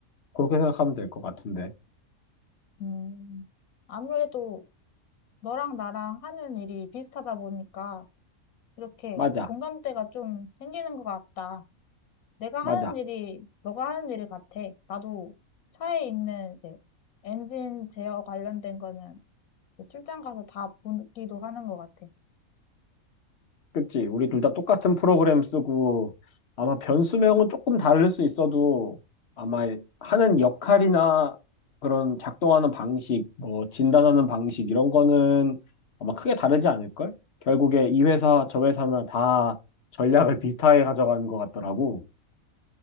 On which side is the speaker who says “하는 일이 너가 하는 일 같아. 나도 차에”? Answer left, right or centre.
Left